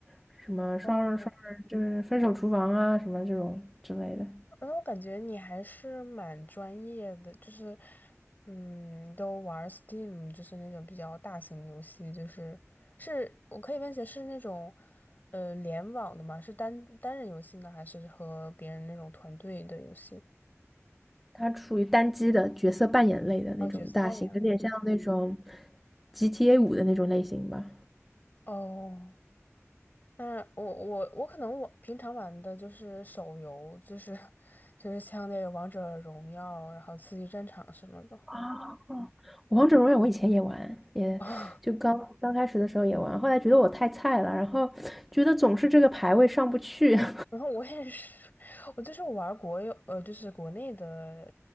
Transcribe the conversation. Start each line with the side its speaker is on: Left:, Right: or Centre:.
Centre: 什么双人双人就是分手厨房啊什么这种之类的，
Left: 哦，那我感觉你还是蛮专业的，就是，嗯，都玩 Steam，就是那种比较大型的游戏，就是是我可以问一下，是那种呃联网的吗？是单单人游戏呢，还是和别人那种团队的游戏？
Centre: 它属于单机的角色扮演类的那种大型，
Left: 哦，角色扮演类。
Centre: 有点像那种 GTA 五的那种类型吧。
Left: 哦，那我我我可能我平常玩的就是手游，就是就是像那个王者荣耀，然后刺激战场什么的
Centre: 啊。王者荣耀我以前也玩，也就刚刚开始的时候也玩，
Left: 啊。
Centre: 后来觉得我太菜了，然后觉得总是这个排位上不去。<laughs>
Left: 然后我也是，<laughs> 我就是玩国有呃，就是国内的，